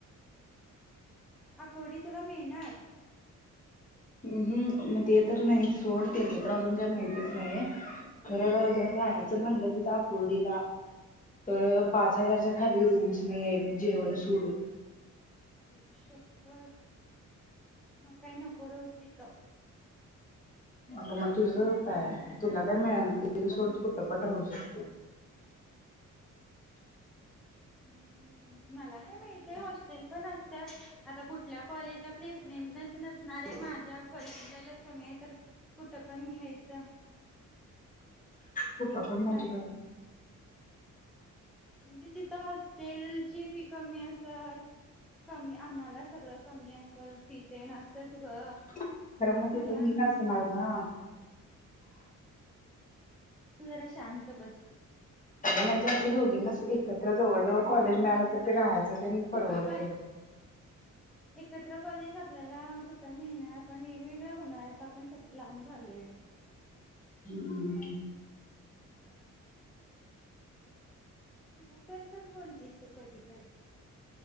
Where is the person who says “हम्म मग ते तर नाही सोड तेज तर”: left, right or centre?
Left